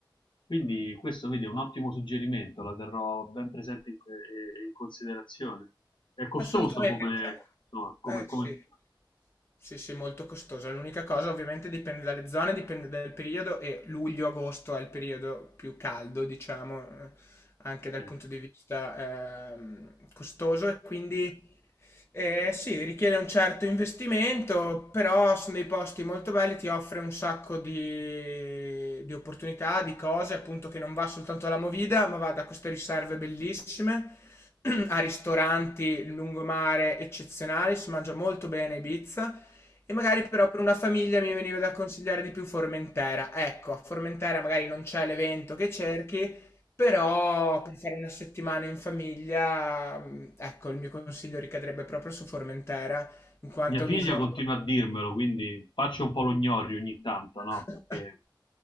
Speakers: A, on the left; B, on the left.
A: Quindi questo, vedi, è un ottimo suggerimento, la terrò ben presente in, eh, in considerazione. È costoso
B: Assolutamente.
A: come,
B: diciamo.
A: insomma, come,
B: Eh
A: come...
B: sì. Sì, sì, molto costosa. L'unica cosa ovviamente dipende dalle zone, dipende dal periodo e luglio-agosto è il periodo più caldo, diciamo, eh, anche dal
A: eh.
B: punto di vista ehm, costoso e quindi eh, sì, richiede un certo investimento, però sono dei posti molto belli, ti offre un sacco di, di opportunità, di cose, appunto che non va soltanto alla Movida, ma va da queste riserve bellissime <clears throat> a ristoranti, lungomare eccezionali, si mangia molto bene a Ibiza e magari però per una famiglia mi veniva da consigliare di più Formentera. Ecco, a Formentera magari non c'è l'evento che cerchi, però per fare una settimana in famiglia, mh, ecco, il mio consiglio ricadrebbe proprio su Formentera, in quanto
A: Mia
B: è
A: figlia
B: un'isola.
A: continua a dirmelo, quindi faccio un po' lo gnorri ogni tanto,
B: <laughs>
A: no? Perché